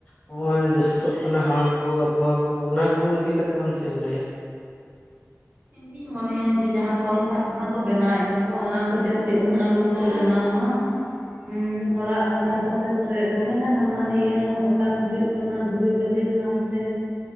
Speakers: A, on the left; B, on the right.
A: ᱱᱚᱜ-ᱚᱭ ᱫᱩᱥᱤᱛᱚᱜ ᱠᱟᱱᱟ ᱦᱟᱣᱟ ᱠᱚ ᱟᱵᱚᱦᱟᱣᱟ ᱠᱚ ᱚᱱᱟ ᱠᱚ ᱤᱫᱤ ᱠᱟᱛᱮᱜ ᱟᱢ ᱪᱮᱫ ᱮᱢ ᱞᱟᱹᱭᱟ?
B: ᱤᱧᱤᱧ ᱢᱚᱱᱮᱭᱟ ᱡᱮ ᱡᱟᱦᱟᱸ ᱠᱚᱞᱠᱟᱨᱠᱷᱟᱱᱟ ᱠᱚ ᱵᱮᱱᱟᱣᱮᱫ ᱫᱚᱠᱚ ᱚᱱᱟ ᱠᱚ ᱡᱟᱛᱮ ᱩᱱᱟᱹᱜ ᱟᱞᱚ ᱠᱚ ᱵᱮᱱᱟᱣ ᱢᱟ᱾ ᱦᱩᱸ ᱚᱲᱟᱜ ᱫᱷᱟᱨᱮ ᱯᱟᱥᱮ ᱠᱚᱨᱮ ᱫᱚᱢᱮᱜᱟᱱ ᱦᱟᱱᱟᱱᱤᱭᱟᱹ ᱚᱴᱟᱝ ᱦᱤᱡᱩᱜ ᱠᱟᱱᱟ ᱫᱷᱩᱲᱤ ᱵᱟᱹᱞᱤ ᱥᱟᱶᱛᱮ